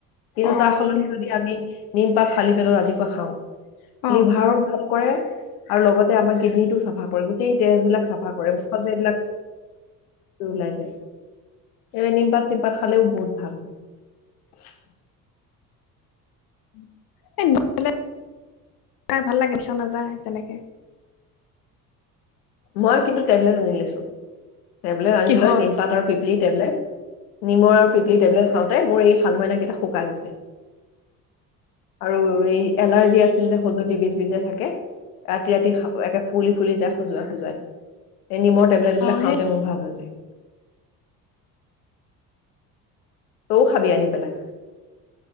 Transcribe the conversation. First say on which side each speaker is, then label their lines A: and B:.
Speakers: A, on the left; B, on the left.
A: কিন্তু
B: অ
A: তাৰ সলনি
B: কি
A: যদি আমি নিমপাত খালি পেটত ৰাতিপুৱা খাওঁ।
B: অ
A: লিভাৰ ভাল কৰে আৰু লগতে আমাৰ কিডনীটো চাফা কৰে গোটেই তেজবিলাক চাফা কৰে মুখত যে এইবিলাক ওলাই যায় স নিমপাত চিমপাত খালেও বহুত ভাল হয়। <unintelligible> উম।
B: তে চাই ভাল লাগে, <unintelligible> নাযায় তেনেকে।
A: মই কিন্তু টেবলেট আনি লৈছো, টেবলেট আনি
B: কিহৰ
A: লৈ নিমপাত আৰু পিপ্লিত নিমৰ আৰু পিপলি টেবলেট খাওঁতে মোৰ এই শালমইনা কেইটা শুকাই গৈছে। আৰু এই এলাৰ্জি আছিল যে সজতি বীজ বিজাই থাকে। ৰাতি-ৰাতি একে ফুলি-ফুলি যায় সজোৱা এই নিমৰ টেবলেট এইবিলাক
B: অ
A: খাওঁতে
B: সেই
A: মোৰ ভাল হৈছে। তৌ খাবি আনি পেলাই।